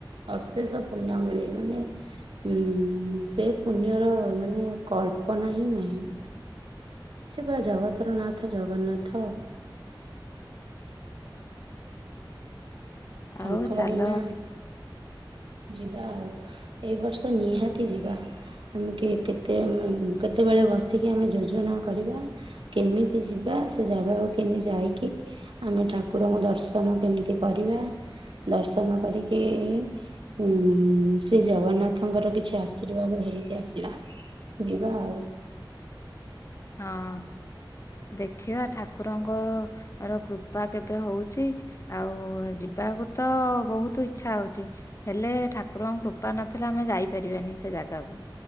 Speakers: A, on the right (about 75°); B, on the left (about 35°).
A: ଅଶେଷ ପୁଣ୍ୟ ମିଳେ ମାନେ। ଉଁ ସେ ପୁଣ୍ୟର ମାନେ କଳ୍ପନା ହିଁ ନାହିଁ। ସେ ପୁରା ଜଗତରନାଥ ଜଗନ୍ନାଥ ଆଉ। ତାଙ୍କ
B: ଆଉ ଚାଲ
A: ବିନା ଯିବା ଆଉ ଏ ବର୍ଷ ନିହାତି ଯିବା। ଆମ କେ କେତେ କେତେବେଳେ ବସିକି ଆମେ ଯୋଜନା କରିବା। କେମିତି ଯିବା ସେ ଜାଗାକୁ କେମିତି ଯାଇକି ଆମେ ଠାକୁରଙ୍କୁ ଦର୍ଶନ କେମିତି କରିବା? ଦର୍ଶନ କରିକି ଉ ଶ୍ରୀ ଜଗନ୍ନାଥଙ୍କର କିଛି ଆଶୀର୍ବାଦ ଘେରିକି ଆସିବା। ଯିବା ଆଉ।
B: ହଁ। ଦେଖିବା ଠାକୁରଙ୍କ ର କୃପା କେବେ ହଉଛି। ଆଉ ଯିବାକୁ ତ ବହୁତ ଇଚଛା ହଉଛି। ହେଲେ ଠାକୁରଙ୍କ କୃପା ନଥିଲେ ଆମେ ଯାଇପାରିବାନି ସେ ଜାଗାକୁ।